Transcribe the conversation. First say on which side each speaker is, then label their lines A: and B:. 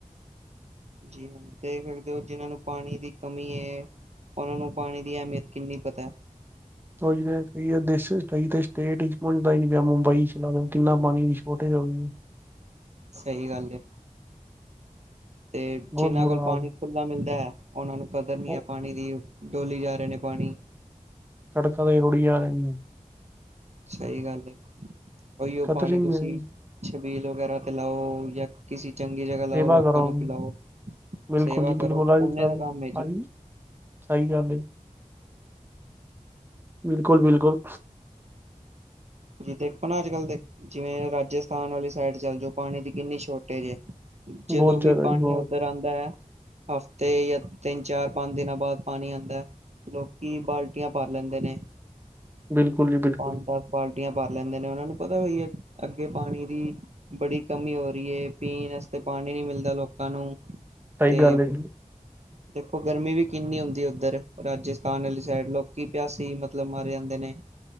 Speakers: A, on the right; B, on the right.
A: ਜੀ ਹ ਦੇਖ ਸਕਦੇ ਹੋ ਜਿਹਨਾਂ ਨੂੰ ਪਾਣੀ ਦੀ ਕਮੀ ਹੈ। ਉਹਨਾਂ ਨੂੰ ਪਾਣੀ ਦੀ ਅਹਿਮੀਅਤ ਕਿੰਨੀ ਪਤਾ ਹੈ।
B: ਉਹ ਜਿ ਕਈ ਦੇ ਕਈ ਸਟੇਟ ਵਿੱਚ ਪਹੁੰਚਦਾ ਹੀ ਨਹੀਂ ਪਿਆ, ਮੁੰਬਈ ਲਾ ਲਓ ਕਿੰਨਾ ਪਾਣੀ ਦੀ ਸ਼ੋਰਟੇਜ ਹੋ ਗਈ।
A: ਸਹੀ ਗੱਲ। ਤੇ
B: ਬਹੁਤ
A: ਜਿਨਾਂ
B: ਬੁਰਾ
A: ਕੋਲ
B: ਹਾਲ
A: ਪਾਣੀ ਖੁਲਾ ਮਿਲਦਾ ਹੈ ਉਹਨਾਂ ਨੂੰ ਕਦਰ ਨੀ
B: ਉਹ
A: ਹੈ ਪਾਣੀ ਦੀ। ਡੋਲੀ ਜਾ ਰਹੇ ਨੇ ਪਾਣੀ।
B: ਸੜਕਾਂ ਤੇ ਹੀ ਰੋੜੀ ਜਾ ਰਹੇ ਆ।
A: ਸਹੀ ਗੱਲ, ਉਹੀ ਉਹ
B: ਕਦਰ
A: ਪਾਣੀ
B: ਹੀ ਨਹੀਂ
A: ਤੁਸੀਂ ਛਬੀਲ ਵਗੈਰਾ ਤੇ ਲਾਓ ਜਾਂ ਕਿਸਸੀ ਚੰਗੀ ਜਗ੍ਹਾ ਲਾਓ
B: ਸੇਵਾ
A: ਲੋਕਾਂ
B: ਕਰੋ
A: ਨੂੰ ਪਿਲਾਓ,
B: ਬਿਲਕੁਲ
A: ਸੇਵਾ
B: ਜੀ
A: ਕਰੋ
B: ਬਿਲਕੁਲ ਅੱਜ
A: ਪੁੰਨ
B: ਕੱਲ
A: ਦਾ ਕੰਮ ਹੈ ਜੀ।
B: ਹਾਂਜੀ ਸਹੀ ਗੱਲ। ਬਿਲਕੁਲ ਬਿਲਕੁਲ।
A: ਜ ਦੇਖੋ ਨਾ ਅੱਜ ਕੱਲ ਦੇ ਜਿਵੇਂ ਰਾਜਸਥਾਨ ਵਾਲੀ ਸਾਈਡ ਚੱਲ ਜਾਓ ਪਾਣੀ ਦੀ ਕਿੰਨੀ ਸ਼ੋਰਟੇਜ ਹੈ। ਜਦੋਂ
B: ਬਹੁਤ
A: ਵੀ
B: ਜ਼ਿਆਦਾ
A: ਪਾਣੀ
B: ਜੀ ਬਹੁਤ
A: ਉੱਧਰ ਆਉਂਦਾ ਹੈ। ਹਫ਼ਤੇ ਜਾਂ ਤਿੰਨ ਚਾਰ ਪੰਜ ਦਿਨਾਂ ਬਾਅਦ ਪਾਣੀ ਆਉਂਦਾ ਹੈ। ਲੋਕੀ ਬਾਲਟੀਆਂ ਭਰ ਲੈਂਦੇ ਨੇ।
B: ਬਿਲਕੁਲ ਜੀ ਬਿਲਕੁਲ।
A: ਪੰਜ ਦਸ ਬਾਲਟੀਆਂ ਭਰ ਲੈਂਦੇ ਨੇ, ਉਹਨਾਂ ਨੂੰ ਪਤਾ ਹੈ ਅੱਗੇ ਪਾਣੀ ਦੀ। ਬੜੀ ਕਮੀ ਹੋ ਰਹੀ ਹੈ ਪੀਣ ਵਾਸਤੇ ਪਾਣੀ ਨਹੀਂੀ ਮਿਲਦਾ ਲੋਕਾਂ ਨੂੰ
B: ਸਹੀ
A: ਤੇ
B: ਗੱਲ ਹੈ ਜੀ
A: ਦੇਖੋ ਗਰਮੀ ਵੀ ਕਿੰਨੀ ਹੁੰਦੀ ਉੱਧਰ, ਰਾਜਸਥਾਨ ਵਾਲੀ ਸਾਈਡ ਲੋਕੀ ਪਿਆਸੀ ਮਤਲਬ ਮਾਰੇ ਜਾਂਦੇ ਨੇ।